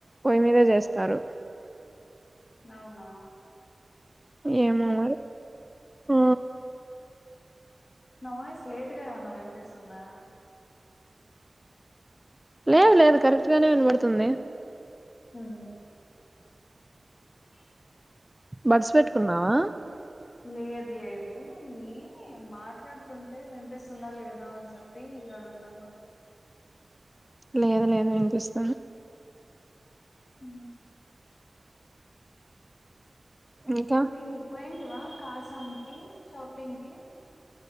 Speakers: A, in the centre; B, on the left.
A: పొయ్యి మీదే చేస్తారు
B: అవునా
A: ఏమ మరి ఆ
B: నా వాయిస్ లేటుగా ఏమన్నా వినిపిస్తుందా
A: లేదు లేదు కరెక్ట్ గానే వినబడుతుంది
B: హ్మ్మ్ <inaudible>
A: బడ్స్ పెట్టుకున్నావా
B: లేదు లేదు నేనే మాట్లాడుతుంటే వినిపిస్తుందా లేదా అని చెప్పి అడుగుతున్నా
A: లేదు లేదు నేను చూస్తాను
B: ఉ
A: ఇంకా
B: దీనిపోయి కాసంకిి షాపింగ్కి